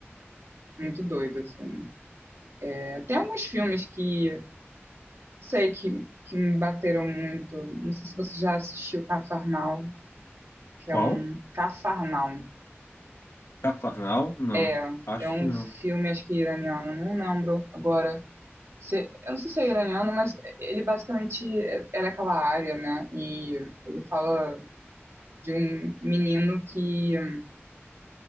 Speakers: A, on the right (about 75°); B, on the left (about 80°).
A: Muito doido, assim. É, tem alguns filmes que sei que, que me bateram muito. Não sei se você já assistiu Cafarnaum, que
B: Qual?
A: é um. Cafarnaum.
B: Cafarnal? Não,
A: É,
B: acho
A: é um
B: que não.
A: filme, acho que iraniano, não lembro agora se- eu não sei se é iraniano, mas ele basicamente é é daquela área, né? E ele fala de um menino que,